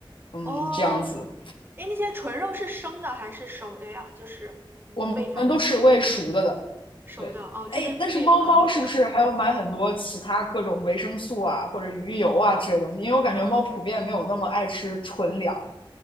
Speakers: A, on the left; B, on the right.
A: 嗯，
B: 哦
A: 这样子，
B: 哦，诶，那些纯肉是生的还是熟的呀？就是嗯，
A: 我们都是喂熟的的，
B: 喂它的时候熟的，
A: 对，
B: 哦，
A: 哎，
B: 就是自己把它弄熟，
A: 但是猫猫是不是还要买很多其他各种维生素啊，或者鱼油啊这些东西？因为我感觉猫普遍没有那么爱吃纯粮。
B: 嗯。